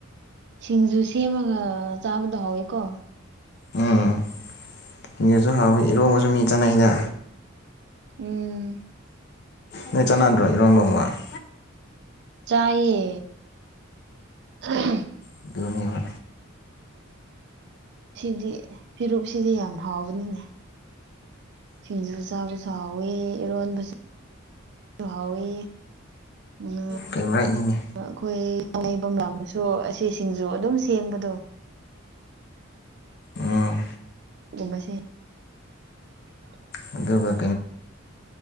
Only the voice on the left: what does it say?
ꯎꯝ <unintelligible> ꯍꯥꯎꯋꯤ ꯏꯔꯣꯡꯕꯁꯨ ꯃꯤ ꯆꯥꯅꯩꯗ
ꯅꯣꯏ ꯆꯥꯅꯥ ꯗꯔꯣ <unintelligible>
ꯑꯗꯨꯅꯦꯕ
ꯐꯦꯕꯣꯔꯥꯏꯠꯅꯤꯅꯦ
ꯎꯝ
ꯑꯗꯨꯒ